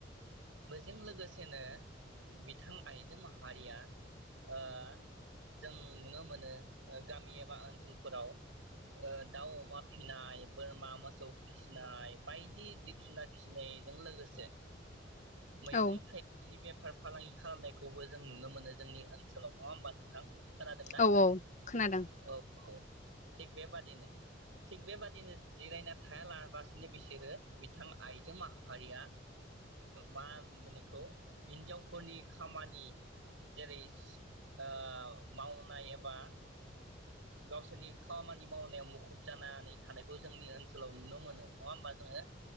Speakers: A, on the right (about 90°); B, on the left (about 40°).
A: बेजों लोगोसेनो बिथां आइजो माहारिया ओ जों नुनो मोनो ओ गामि एबा ओनसोलफोराव ओ दाउ अमा फिनाय बोरमा मोसौ फिसिनाय बायदि जिब जुनार फिसिनायजों लोगोसे मैगं
B: औ
A: थाइगंनि बे फार फालांगि खालामनायखौबो जों नुनो मोनो जोंनि ओनसोलाव नङा होमबा नोंथां। खोनादोंना
B: औ खोनादों
A: औ औ थिग बेबादिनो थिग बेबादिनो जिरायना। थाया लाबासिनो बिसोरो बिथां आइजो माहारिया मा मोनो बेखौ हिनजावफोरनि खामानि जेरै ओ मावनाय एबा गावसोरनि खामानि मावनायाव मुखुब जानानै थानायखौ जोंनि ओनसोलाव नुनो मोनो नङा होमबा जोङो।